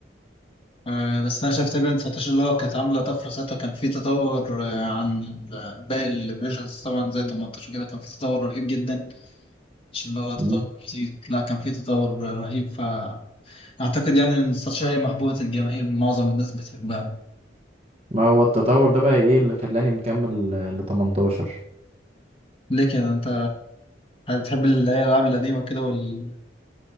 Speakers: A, on the left (about 30°); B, on the right (about 35°).
A: آه، بس انا شفت بين 19 اللي هو كانت عامله طفره ساعتها كان في تطور آه، عن ال- باقي الفيرجنز طبعا زي 18 وكده كان في تطور رهيب جدا مش اللي هو تطور
B: مم.
A: بسيط لا كان في تطور رهيب فاعتقد يعني ان 19 هي محبوبه الجماهير معظم الناس بتحبها
B: ما هو التطور ده بقى إيه اللي خلاني مكمل ل 18
A: ليه كده انت بتحب الالعاب القديمه كده وال